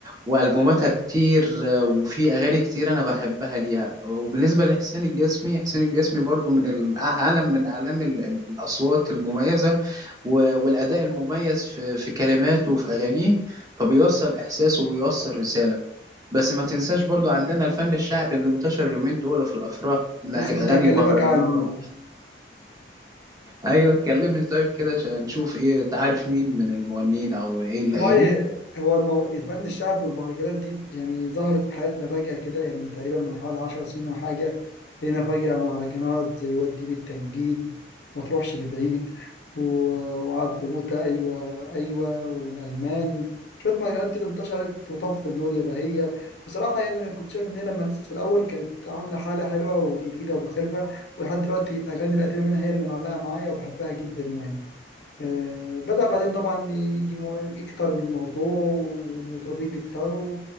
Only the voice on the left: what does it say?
لسه كنت
هكلمك
عنه
والله هو المو... الفن الشعب والمهرجانات دي يعني ظهرت في حياتنا فجأة كده يعني تقريبا من حوالي عشر سنين أو حاجة لقينا فجأة مهرجانات زي وديني التنجيد ما تروحش لبعيد و... وعبد موتة أيوة أيوة والألماني شوية مهرجانات كده انتشرت وطف النور يا بهية بصراحة يعني أنا كنت شايف إن هي لما نزلت في الأول كانت عاملة حالة حلوة وجديدة ومختلفة ولحد دلوقتي الأغاني القديمة منها هي اللي معلقة معايا وبحبها جدا يعني آه، بدأ بعدين طبعا يجي مو- يكتر الموضوع والمطربين يكتروا